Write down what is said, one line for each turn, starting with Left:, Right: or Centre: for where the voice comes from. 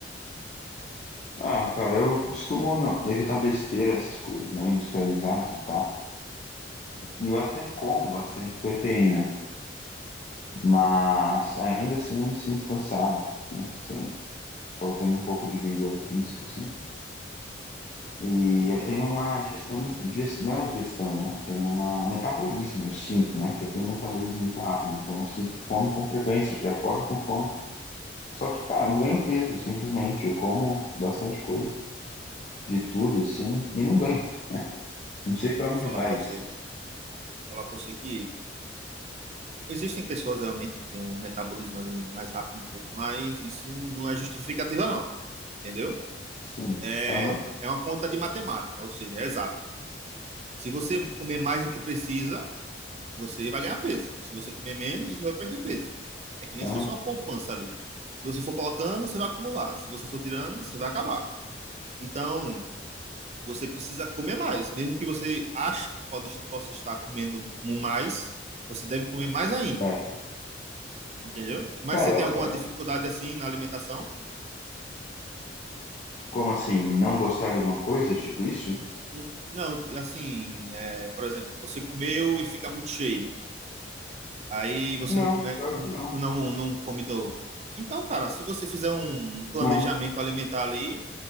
Left: Ah, cara, eu costumo não- evitar besteira, essas coisas, né, industrializados e tal. E eu até como bastante proteína,
Right: Sim,
Left: mas ainda assim eu me sinto cansado, né, assim, faltando um pouco de vigor físico, assim. E
Right: Entendo.
Left: eu tenho uma digestão, digest- não é digestão, né? Eu tenho uma um metabolismo, eu sinto, né? Que eu tenho um metabolismo muito rápido, então eu sinto fome com frequência, já acordo com fome. Só que,
Right: Tem-
Left: cara, eu não ganho peso, simplesmente. Eu como bastante coisa, de tudo, assim, e não ganho. Não sei pra
Right: Vou
Left: onde
Right: falar
Left: vai
Right: para você,
Left: isso.
Right: vou falar para você que existem pessoas realmente que têm um metabolismo ali mais rápido um pouco, mas isso não é justificativa não, entendeu?
Left: Sim.
Right: É,
Left: Aham,
Right: é uma conta de matemática, ou seja, é exato. Se você comer mais do que precisa, você vai ganhar peso. Se você comer menos, você vai perder peso. É que nem
Left: aham.
Right: se fosse uma poupança ali. Se você for colocando, você vai acumular. Se você for tirando, você vai acabar. Então, você precisa comer mais, mesmo que você ache que pode, possa estar comendo mais, você deve comer mais ainda.
Left: É.
Right: entendeu? Mas
Left: Cara,
Right: você tem
Left: é.
Right: alguma
Left: é.
Right: dificuldade assim na alimentação?
Left: Como assim? Não gostar de alguma coisa, tipo isso?
Right: Hum, Não, assim, é, por exemplo, você comeu e fica muito cheio. Aí você
Left: Não,
Right: não come,
Left: pior
Right: com-
Left: que não.
Right: não, não come novo. Então, cara, se você fizer um planejamento
Left: Não.
Right: alimentar ali,